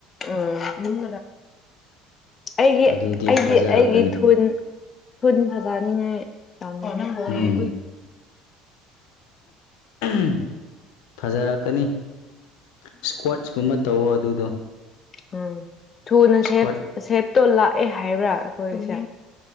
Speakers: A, on the left; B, on the left.
A: ꯎꯝ ꯑꯩꯒꯤ
B: ꯑꯗꯨꯗꯤ
A: ꯑꯩꯗꯤ
B: ꯐꯖꯔꯛꯀꯅꯤ
A: ꯑꯩꯒꯤ ꯊꯨꯟ꯫ ꯊꯨꯟ ꯐꯖꯅꯤꯡꯉꯥꯏ ꯊꯧꯅꯤꯡꯉ‌ꯦ꯫
B: ꯎꯝ ꯎꯝ ꯐꯖꯔꯛꯀꯅꯤ ꯏꯁꯀ꯭ꯋꯥꯆꯀꯨꯝꯕ꯫ ꯇꯧꯑꯣ ꯑꯗꯨꯗꯣ꯫
A: ꯎꯝ ꯊꯨꯅ
B: ꯏꯁꯀ꯭ꯋꯥꯠ
A: ꯁꯦꯞꯇꯣ ꯂꯥꯛꯑꯦ ꯍꯥꯏꯕ꯭ꯔꯥ ꯑꯈꯣꯏꯁꯦ꯫